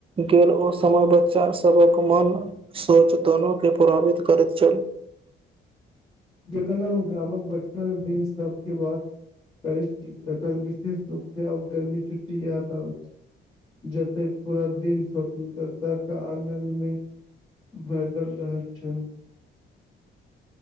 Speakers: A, on the right; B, on the left.
A: गेल ओ समय बच्चा सभक मन सोच दोनो केँ प्रभावित करैत छल
B: जखना गामक बच्पन दिन सबकेँ बाद करै छी तखन विशेष रूप से आ गर्मी छुट्टी के याद आबैत छै जतइ पूरा दिन स्वतंत्रता क आनन्दमे भेटल रहैत छल